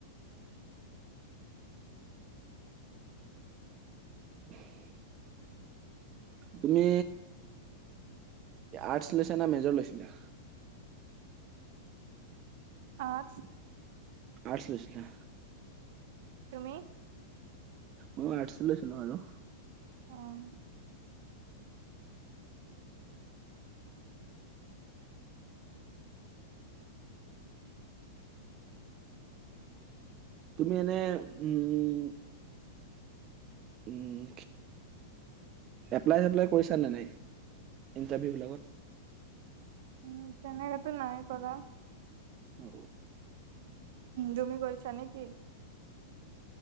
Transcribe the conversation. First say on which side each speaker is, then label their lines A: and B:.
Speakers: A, on the right (about 30°); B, on the right (about 60°).
A: <unintelligible> তুমি আৰ্টছ লৈছা না মেজৰ লৈছিলা?
B: আৰ্টছ
A: আৰ্টছ লৈছিলা।
B: তুমি?
A: মইও আৰ্টছে লৈছিলো বাৰু।
B: <inaudible>
A: তুমি এনে উম উম এপ্লাই-চেপ্লাই কৰিছা নে নাই ইন্টাৰভিউ বিলাকত?
B: উম, তেনে সেইটো নাই কৰা।
A: অ।
B: তুমি কৰিছা নেকি?